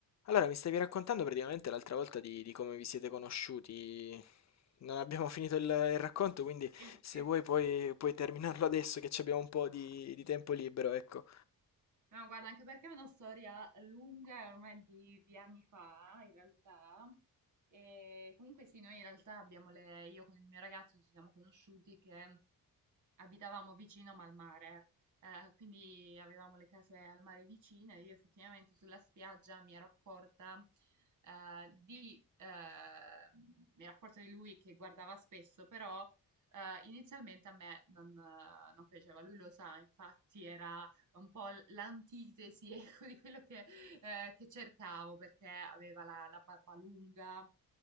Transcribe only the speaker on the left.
Allora, mi stavi raccontando praticamente l'altra volta di, di come vi siete conosciuti. Non abbiamo finito il, il racconto, quindi
se
vuoi puoi, puoi terminarlo adesso che ci abbiamo un po' di, di tempo libero, ecco.